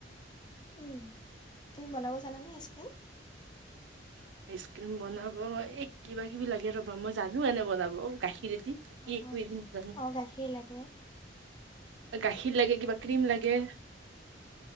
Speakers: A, on the left (about 25°); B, on the right (about 80°).
A: উম তুমি বনাব জানানে আইচক্ৰীম?
B: আইচ ক্ৰীম বনাব এ কিবা কিবি লাগে ৰ'বামই জানো এনে বনাব, গাখীৰ গাখীৰ ৰেদি বাকি
A: অ
B: একো
A: অ
B: এৰি নাজানো
A: অ গাখীৰ লাগে
B: গাখীৰ লাগে কিবা ক্ৰীম লাগে।